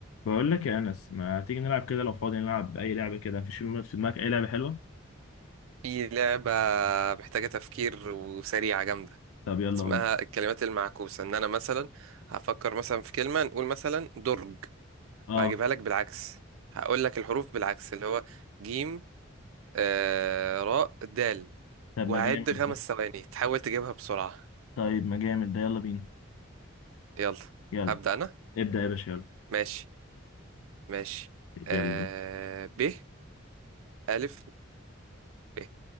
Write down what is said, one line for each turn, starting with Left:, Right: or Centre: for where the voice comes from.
Left: بقول لك يا انس ما تيجي نلعب كده لو فاضي نلعب اي لعبه كده مفيش في دماغك اي لعبه حلوه
Right: في لعبة محتاجة تفكير وسريعة جامدة
Left: طب يلا
Right: اسمها
Left: قول لي
Right: الكلمات المعكوسة ان انا مثلا هفكر مثلا في كلمة نقول مثلا درج
Left: اه
Right: وهجيبها لك بالعكس هقول لك الحروف بالعكس اللي هو جيم آه راء دال
Left: طب
Right: وهعد
Left: ما جامد
Right: خمس
Left: ده
Right: ثواني تحاول تجيبها بسرعة
Left: طيب ما جامد ده يلا بينا
Right: يلا
Left: يلا
Right: هبدأ انا
Left: ابدا يا باشا يلا
Right: ماشي ماشي آه
Left: يلا قول.
Right: ب ألف ب